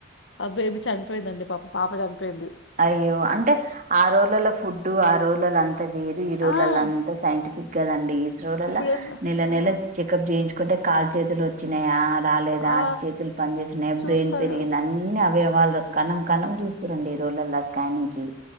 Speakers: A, on the left; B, on the right.
A: ఆ బేబీ చనిపొయిందండి పాపం పాప చనిపొయింది
B: అయ్యో అంటే ఆ రొజులలో ఫుడ్డు ఆ రొజులలో అం అంత వేరు ఈ రోరులలా
A: ఆ ఉన్న రోజులలో
B: అంత సైంటిఫిక్ కదండి ఈ రొరలలా
A: ఇప్పుడు ఏందో
B: నెల
A: ఆ
B: నెల చెకప్ చేయించుకుంటే కాళ్లు చేతులు ఒచ్చినయా రాలేదా
A: ఆ
B: చేతులు పని చేస్తునయ
A: చూస్తారు
B: బ్రెయిన్ పెరిగిందా
A: కదా.
B: అన్ని అవయవాల్ కణం కణం చుస్తరండి ఈ రోలల్ల స్కానింగ్ కి